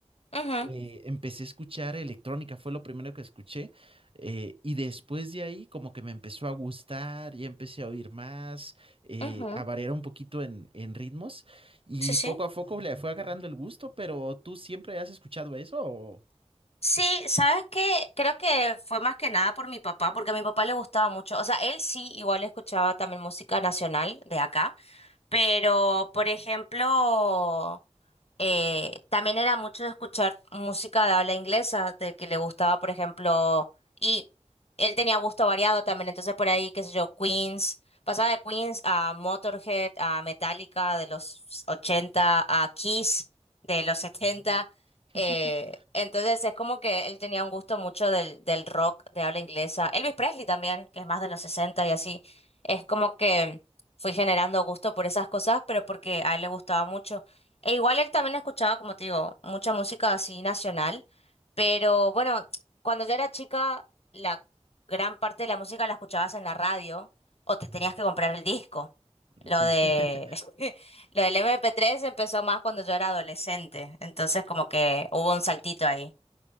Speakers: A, on the left; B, on the right.
A: ujú,
B: eh, empecé a escuchar electrónica, fue lo primero que escuché, eh, y después de ahí como que me empezó a gustar, ya empecé a oír más, eh,
A: ujú,
B: a variar un poquito en, en ritmos, y
A: Sí, sí.
B: poco a poco le fue agarrando el gusto, pero ¿tú siempre has escuchado eso? o?
A: Sí, ¿sabes qué? Creo que fue más que nada por mi papá, porque a mi papá le gustaba mucho. O sea, él sí, igual escuchaba también música nacional de acá, pero, por ejemplo... Eh, también era mucho de escuchar música de habla inglesa, de que le gustaba, por ejemplo, y él tenía gusto variado también, entonces por ahí, qué sé yo, Queens, pasaba de Queens a Motorhead, a Metallica de los 80 a Kiss de los setenta
B: Mm, <laughs>
A: eh, entonces es como que él tenía un gusto mucho del, del rock de habla inglesa, Elvis Presley también, que es más de los 60 y así, es como que fui generando gusto por esas cosas, pero porque a él le gustaba mucho. E igual él también escuchaba, como te digo, mucha música así nacional, pero bueno, cuando yo era chica, la gran parte de la música la escuchabas en la radio o te
B: mm,
A: tenías que comprar el disco. Lo
B: Sí,
A: de
B: <laughs>
A: <laughs> lo del mp tres empezó más cuando yo era adolescente, entonces como que hubo un saltito ahí.